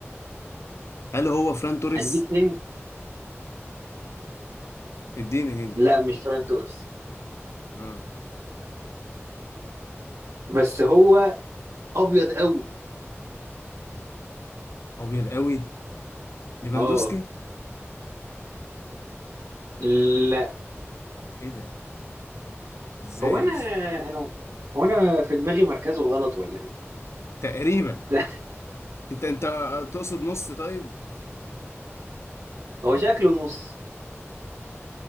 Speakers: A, on the left; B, on the right.
A: هل هو فران توريس
B: اديك هنت
A: اديني هند
B: لا مش فران توريس
A: اه
B: بس هو ابيض قوي
A: ابيض قوي ليفاندوسكي
B: اه لا
A: ايه ده ازاي
B: هو انا
A: يا اسطى؟
B: انا هو انا في دماغي مركزه غلط ولا إيه؟
A: تقريبا
B: <laughs>
A: انت انت تقصد نص طيب
B: هو شكله نص